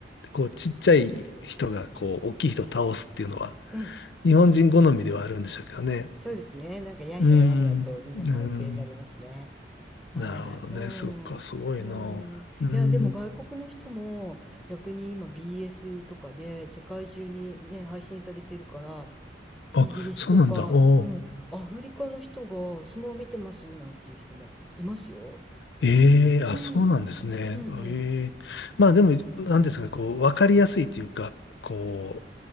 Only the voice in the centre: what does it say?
うん、
そうですね。なんかやんややんやとみんな歓声になりますね。
はい、
うん、
うん。
いや、でも外国の人も逆に今 BS とかで世界中にね、配信されてるから、
イギリスとか、
うん、アフリカの人が相撲を見てますなんていう人もいますよ。
うん、
うん、うん、